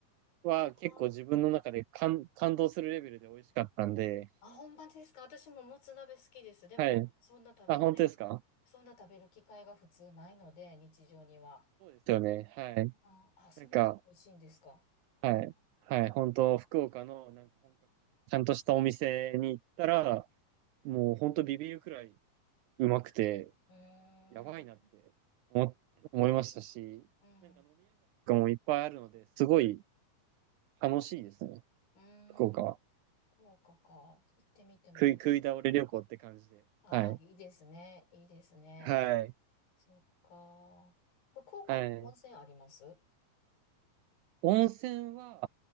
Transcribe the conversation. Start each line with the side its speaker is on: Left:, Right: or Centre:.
Right: は結構自分の中で感、
Left: あー
Right: 感動するレベルで美味しかったんで、
Left: あ、本場ですか私ももつ鍋好きです。でも、
Right: はい。
Left: そんな食べない、
Right: あ、本当ですか
Left: そんな食べる機会が普通ないので、日常には。
Right: そうですよね。はい。
Left: あ、あ、そんなに美味しいんですか。
Right: なんか、はい。
Left: へ
Right: はい。本当、福岡のなんか本格的なちゃんとしたお店に行ったら、もう本当ビビるくらいうまくて、
Left: え、うーん、
Right: やばいなって思、思いましたし、
Left: うん、
Right: なんか飲み屋街とかもいっぱいあるので、すごい楽しいですね。
Left: うーん、
Right: 福岡は。
Left: 福岡か。行ってみてもいい。
Right: 食い、食い倒れ旅行って感じで。
Left: ああ、
Right: はい。
Left: いいですね。いいですね。
Right: はい。
Left: そっか。福岡って温泉あります
Right: はい。温泉は、